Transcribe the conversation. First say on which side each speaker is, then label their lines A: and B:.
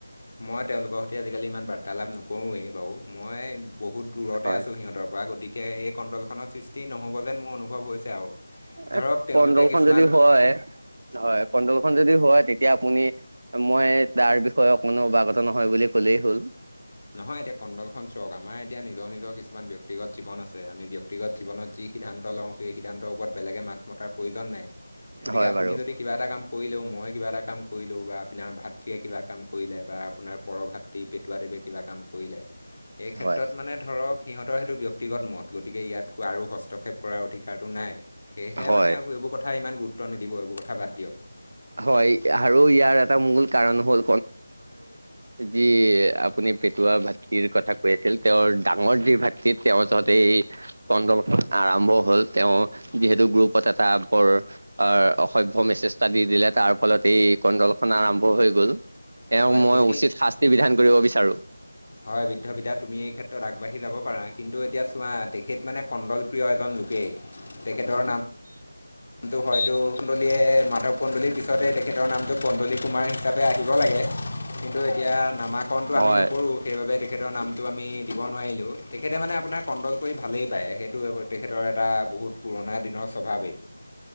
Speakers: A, on the left (about 30°); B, on the right (about 45°).
A: মই তেওঁলোকৰ সৈতে আজিকালি ইমান বাৰ্তা তালাপ নকৰোঁৱেই বাৰু, মই বহুত দূৰতে
B: হয়
A: আছোঁ সিহঁতৰ পৰা, গতিক গতিকে এই কণ্ডলখনৰ সৃষ্টি নহ'ব যেন মোৰ অনুভৱ হৈছে, আৰু ধৰক
B: এ,
A: তেওঁলোকে
B: কণ্ডল
A: কিছুমান
B: খন যদি হয়, হয়, কণ্ডল খন যদি হয় তেতিয়া এতিয়া আপুনি মই তাৰ বিষয়ে কোনো অৱাগত নহয় বুলি ক'লেই হ'ল।
A: নহয়, এতিয়া কণ্ডলখন চাওঁক, আমাৰ এতিয়া নিজৰ নিজৰ কিছুমান ব্যক্তিগত জীৱন আছে, আমি ব্যক্ত ব্যক্তিগত জীৱনত যি সিদ্ধান্ত লওঁ, সেই সিদ্ধান্তৰ ওপৰত বেলেগে মাত মতাৰ প্ৰয়োজন নাই। গতিকে
B: হয়
A: আপুনি
B: বাৰু
A: যদি কিবা এটা কাম কৰিলেও মই কিবা এটা কাম কৰিলেও বা আপোনাৰ ভাতৃয়ে কিবা কাম কৰিলে বা আপোনাৰ পৰভাতি পেটুৱাদেৱে কিবা কাম কৰিলে, এই ক্ষেত্ৰত
B: হয়।
A: মানে ধৰক সিহঁতৰ সেইটো ব্যক্তিগত মত, গতিকে ইয়াতকৈ আৰু হস্তক্ষেপ কৰাৰ অধিকাৰটো নাই সেয়েহে
B: হয়
A: মানে এইবোৰ কথা ইমান গুৰুত্ব নিদিব এইবোৰ কথা বাদ দিয়ক।
B: হয় আৰু ইয়াৰ এটা মূল কাৰণ হ'ল যি আপুনি পেটুৱা ভাটিৰ কথা কৈ আছে। আছিল তেওঁৰ ডাঙৰ যি ভাতৃ তেওঁৰ যহতে এই কণ্ডলখন আৰম্ভ হ'ল। তেওঁ
A: হয়
B: যিহেতু গ্ৰুপত এটা বৰ অ' অসভ্য মেছেজ এটা দি দিলে। তাৰ ফলত এই কণ্ডলখন আৰম্ভ হৈ গ'ল এক
A: হয়
B: মই
A: তেখেত
B: উচিত শাস্তি বিধান কৰিব বিচাৰো।
A: হয় বৃদ্ধ পিতা তুমি এই ক্ষেত্ৰত আগবাঢ়ি যাব পাৰা। কিন্তু এতিয়া চোৱা তেখেত মানে কণ্ডলপ্ৰিয় এজন লোকেই তেখেতৰ নাম কিন্তু হয়তো কুডলীয়ে মাধৱ কুণ্ডলীৰ পিছতে তেখেতৰ নামটো কণ্ডলী কুমাৰ হিচাপে আহিব লাগে। কিন্তু এতিয়া নামাকৰণটো
B: হয়
A: আমি নকৰোঁ। সেইবাবে তেখেতৰ নামটো আমি দিব নোৱাৰিলোঁ তেখেতে মানে আপোনাৰ কণ্ডল কৰি ভালেই পায় সেইটো তেখেতৰ এটা বহুত পুৰণা দিনৰ স্বভাৱেই।